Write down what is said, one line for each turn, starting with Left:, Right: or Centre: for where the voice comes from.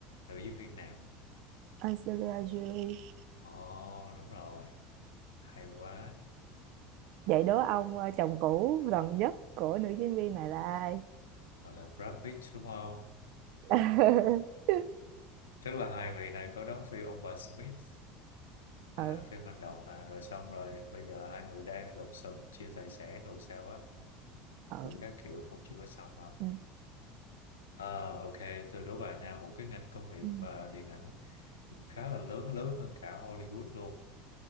Left: nữ diễn viên nam.
Right: Angelina Jolie.
Left: Ồ đúng rồi, hay quá.
Right: Vậy đố ông ờ, chồng cũ gần nhất của nữ diễn viên này là ai?
Left: Hoặc là Brad Pitt đúng không?
Right: <laughs>
Left: Tức là hai vị này có đóng phim ông bà Smith à,
Right: ừ,
Left: phim hành động nè rồi xong rồi bây giờ hai người đang lụm xùm chia tài sản rồi sao á
Right: ừ,
Left: đủ các kiểu cũng chưa có xong đâu.
Right: ừ,
Left: Ờ ok, từ đố bài Nam một cái ngành công nghiệp
Right: ừ,
Left: và điện ảnh khá là lớn lớn hơn cả Hollywood luôn